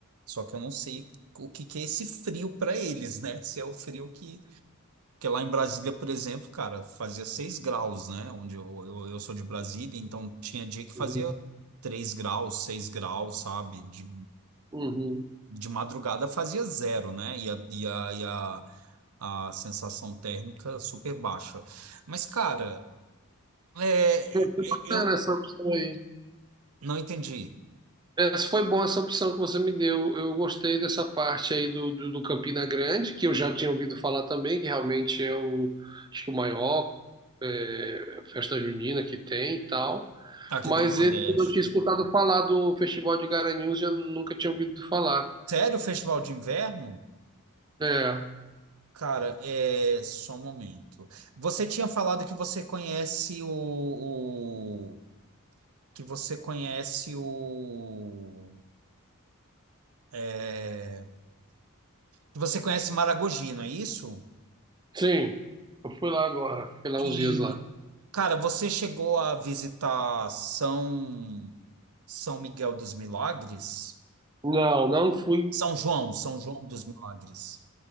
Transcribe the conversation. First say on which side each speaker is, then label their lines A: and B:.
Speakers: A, on the right; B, on the right.
A: Só que eu não sei o que que é esse frio para eles, né? Se é o frio que porque lá em Brasília, por exemplo, cara, fazia 6 graus, né? Onde eu, eu, eu sou de Brasília, então tinha dia que fazia
B: Uhum.
A: 3 graus, 6 graus, sabe? De,
B: Uhum.
A: de madrugada fazia zero, né? E a, e a, e a, a sensação térmica super baixa. Mas, cara, é, é,
B: Foi bacana
A: é, eu
B: essa opção aí.
A: não entendi
B: Essa foi boa essa opção que você me deu. Eu gostei dessa parte aí do, do, do Campina Grande, que eu já tinha ouvido falar também, que realmente é o, acho que o maior é, festa junina que tem e tal.
A: aqui
B: Mas
A: do Nordeste.
B: esse eu não tinha escutado falar do Festival de Garanhuns e eu nunca tinha ouvido falar.
A: Sério, o festival de inverno?
B: É,
A: Cara, é só um momento. Você tinha falado que você conhece o, que você conhece o. é, que você conhece Maragogi, não é isso?
B: sim, eu fui lá agora, fiquei lá
A: E,
B: uns dias lá.
A: cara, você chegou a visitar São, São Miguel dos Milagres?
B: Não, não fui.
A: São João, São João dos Milagres.